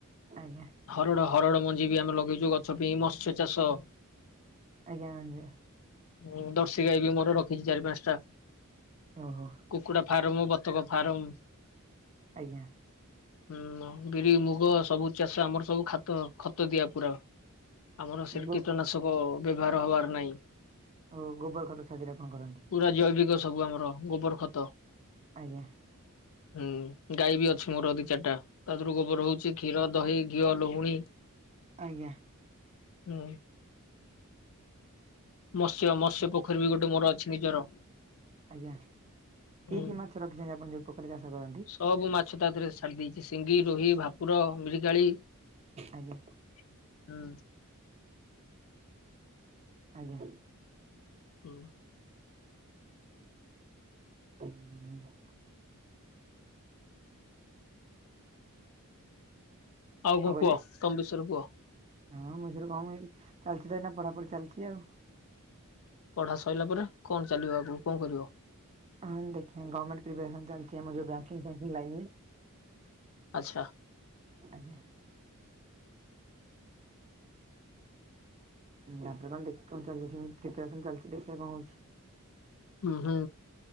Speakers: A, on the right (about 30°); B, on the left (about 65°).
A: ଆଜ୍ଞା
B: ହରଡ ହରଡ ମଞ୍ଜି ବି ଆମେ ଲଗେଇଛୁ ଗଛ ପାଇଁ ମତ୍ସ୍ୟ ଚାଷ
A: ଆଜ୍ଞା।
B: ହଁ ଦର୍ଶୀ ଗାଈ ବି ମୋର ରଖିଛି ଚାରି ପାଞ୍ଚଟା।
A: ଓହୋ।
B: କୁକୁଡା ଫାର୍ମ ବତକ ଫାର୍ମ
A: ଆଜ୍ଞା।
B: ହୁଁ ବିରି ମୁଗ ସବୁ ଚାଷ ଆମର ସବୁ ଖାତ ଖତ ଦିଆ ପୁରା ଆମର ସେ
A: ଗୋ
B: କୀଟନାଶକ ବ୍ୟବହାର ହବାର ନାହିଁ।
A: ଓ ଗୋବର ଖତ ସାଜିରେ ଆପଣ କରନ୍ତି।
B: ପୁରା ଜୈବିକ ସବୁ ଆମର ଗୋବର ଖତ।
A: ଆଜ୍ଞା।
B: ହୁଁ ଗାଈ ବି ଅଛି ମୋର ଦି ଚାରିଟା ତା ଦେହରୁ ଗୋବର ହଉଛି କ୍ଷୀର ଦହି ଘିଅ ଲହୁଣୀ
A: ଆଜ୍ଞା।
B: ହୁଁ। ମତ୍ସ୍ୟ ମତ୍ସ୍ୟ ପୋଖରୀ ବି ଗୋଟେ ମୋର ଅଛି ନିଜର।
A: ଆଜ୍ଞା କି
B: ହୁଁ।
A: କି ମାଛ ରଖିଛନ୍ତି ଆପଣ ଯୋଉ ପୋଖରୀ ଚାଷ କରନ୍ତି?
B: ସବୁ ମାଛ ତା ଦେରେ ଛାଡି ଦେଇଛି ସିଙ୍ଗି ରୋହି ଭାକୁ କୁର ମିରିକାଳି
A: ଆଜ୍ଞା।
B: ହୁଁ।
A: ଆଜ୍ଞା।
B: ହଁ।
A: କଣ
B: ଆଉ କଣ
A: କହିଲେ?
B: କୁହ ତମର ଵିଷୟରେ କୁହ।
A: ହଁ ମୋ ବିଷୟରେ କଣ କହିବି ଚାଲିଛି ତ ଏନା ପଢାପଢି ଚାଲିଛି ଆଉ।
B: ପଢା ସରିଲା ପରେ କଣ ଚାଲିବ ଆଗକୁ କଣ କରିବ?
A: ହଁ ଦେଖିବ ଗମେଣ୍ଟ ପ୍ରିପ୍ରାସନ୍ ଚାଲିଛି ବ୍ୟାଙ୍କଙ୍ଗି ଫ୍ୟାଙ୍କି ଲାଇନି ରେ
B: ଆଚ୍ଛା।
A: ଆଜ୍ଞା। ତାପରେ କଣ କଣ ଚାଲି ସେମତି ପ୍ରିପସନ ଚାଲିଛି ଦେଖିବା କଣ ହଉଛି।
B: ହୁଁ ହୁଁ।